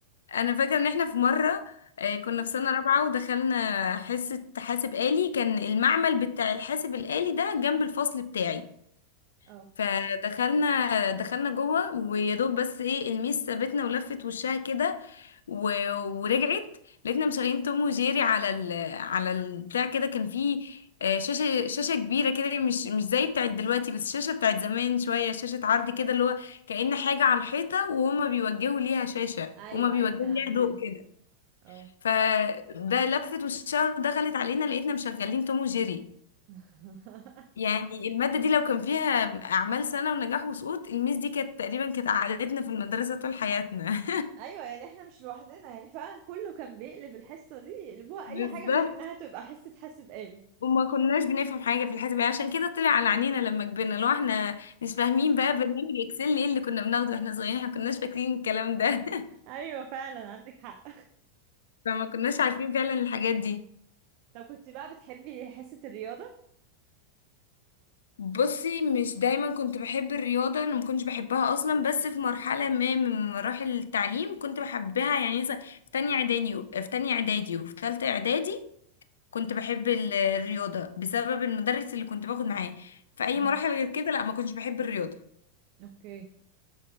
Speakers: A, on the left; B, on the right.
A: انا فاكره ان احنا في مره آه، كنا
B: مم.
A: في سنه رابعه ودخلنا حصه حاسب آلي كان المعمل بتاع الحاسب الآلي ده جنب الفصل بتاعي
B: اه
A: فدخلنا دخلنا جوه ويا دوب بس ايه الميس سابتنا ولفت وشها كده و- ورجعت لقيتنا مشغلين توم وجيري على ال على البتاع كده كان فيه آه، شاشة شاشة كبيرة كده مش مش زي بتاعت دلوقتي بس شاشة بتاعت زمان شوية شاشة عرض كده اللي هو كأن حاجة على الحيطة وهما بيوجهوا ليها شاشة
B: ايوه
A: وهما بيوجهوا
B: ايوه كان عندنا
A: ليها ضوء كده
B: اه
A: فده لفت والشهر دخلت علينا لقيتنا مشغلين توم وجيري
B: <laughs>
A: يعني المادة دي لو كان فيها أعمال سنة ونجاح وسقوط الميس دي كانت تقريبا كانت عادتنا في المدرسة طول حياتنا
B: ايوه يعني احنا مش لوحدنا يعني فعلا كله كان بيقلب الحصه دي يقلبوها
A: <laughs> بالظبط
B: اي حاجه غير انها تبقى حصه حاسب آلي
A: وما كناش بنفهم حاجة في الحساب يعني عشان كده طلع على عينينا لما كبرنا لو احنا مش فاهمين بقى برنامج اكسل ايه اللي كنا بناخده واحنا صغيرين احنا كناش فاكرين الكلام ده
B: ايوه فعلا عندك حق
A: <laughs> فما كناش عارفين فعلا الحاجات دي
B: <laughs> طب كنت بقى بتحبي حصه الرياضه
A: بصي مش دايما كنت بحب الرياضة انا ما كنتش بحبها اصلا بس في مرحلة ما من مراحل التعليم كنت بحبها يعني مثلا في تانية اعدادي في تانية اعدادي وفي تالتة اعدادي كنت بحب ال- الرياضة بسبب المدرس اللي كنت باخد معاه في اي
B: امم
A: مراحل غير كده لا ما كنتش بحب الرياضة
B: اوكي